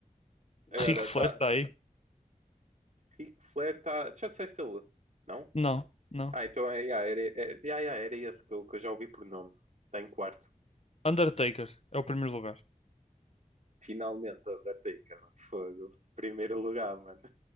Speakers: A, on the right; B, on the left.
A: Agora
B: Ric Flair
A: tá.
B: está aí?
A: Ric Flair tá. Já disseste ele? Não?
B: Não, não.
A: Ah, então é, yeah, era, é, yeah, yeah, era esse que eu, que eu já ouvi por nome. Tá em quarto.
B: Undertaker é o primeiro lugar.
A: Finalmente, Undertaker, mano. Fogo. Primeiro lugar, mano.